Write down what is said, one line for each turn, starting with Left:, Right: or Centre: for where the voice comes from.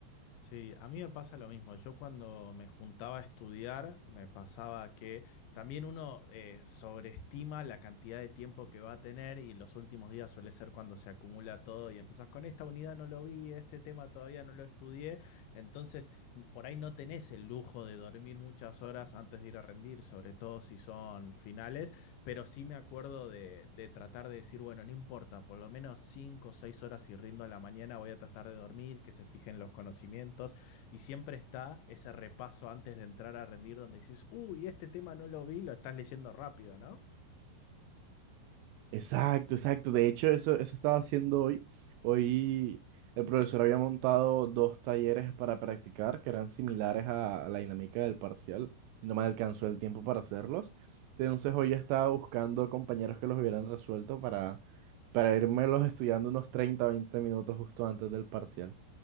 Left: Sí, a mí me pasa lo mismo. Yo cuando me juntaba a estudiar, me pasaba que también uno eh, sobreestima la cantidad de tiempo que va a tener y los últimos días suele ser cuando se acumula todo y empezás con esta unidad no lo vi, este tema todavía no lo estudié entonces, por ahí no tenés el lujo de dormir muchas horas antes de ir a rendir, sobre todo si son finales, pero sí me acuerdo de, de tratar de decir, bueno, no importa, por lo menos 5 o 6 horas si rindo a la mañana, voy a tratar de dormir, que se fijen los conocimientos, y siempre está ese repaso antes de entrar a rendir donde dices, uy, este tema no lo vi, lo estás leyendo rápido, ¿no?
Right: Exacto, exacto. De hecho, eso, eso estaba haciendo hoy. Hoy el profesor había montado dos talleres para practicar que eran similares a, a la dinámica del parcial y no me alcanzó el tiempo para hacerlos. Entonces hoy estaba buscando compañeros que los hubieran resuelto para, para los estudiando unos 30 20 minutos justo antes del parcial.